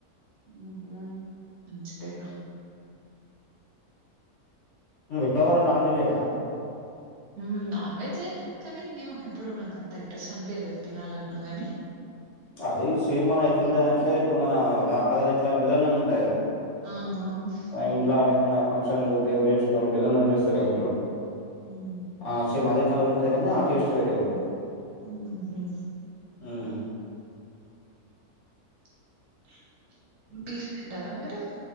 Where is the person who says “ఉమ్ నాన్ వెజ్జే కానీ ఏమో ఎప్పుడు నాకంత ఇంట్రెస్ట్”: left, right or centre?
Right